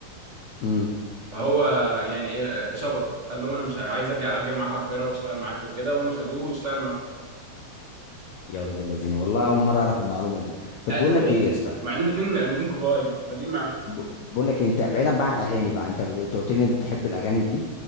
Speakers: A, on the left; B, on the right.
A: امم
B: فهو يعني ايه شبط قال لهم انا مش عايز ارجع اجي معاكم على القاهره واشتغل معاكم وكده وهم خدوه واشتغل معاهم
A: يا ولاد الذين والله اول مره اعرف المعلومه دي طب
B: اه
A: بقول
B: طبيعي
A: لك ايه
B: يعني
A: يا اسطى
B: مع انهم اتنين نجوم كبار يعني بادئين معاهم
A: ب- بقول لك إيه، انت بعيدا بقى عن الاغاني بقى انت ب- انت قلت لي انت بتحب الاغاني دي